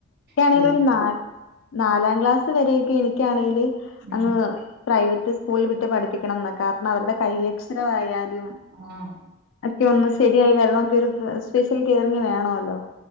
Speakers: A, on the left; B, on the right.
A: എനിക്കാണേല്
B: സ്കൂളിൽ
A: ഒരു നാല് നാലാം ക്ലാസ് വരെയൊക്കെ എനിക്കാണേല്
B: ഉം
A: അങ്ങ് പ്രൈവറ്റ് സ്കൂളിൽ വിട്ട് പഠിപ്പിക്കണംന്ന. കാരണം അവരുടെ കൈയക്ഷരവായാലും
B: ആഹ്
A: ഒക്കെയൊന്ന് ശെരിയായി വരണൊങ്കി ഒരു സ്പെഷ്യൽ കെയറിങ് വേണോലോ?